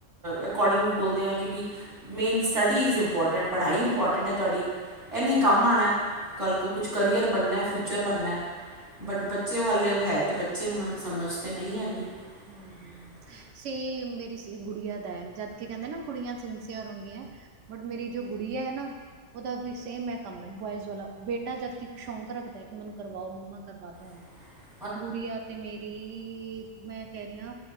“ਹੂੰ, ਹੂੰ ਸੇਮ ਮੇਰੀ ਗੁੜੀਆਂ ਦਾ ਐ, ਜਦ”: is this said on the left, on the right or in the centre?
Right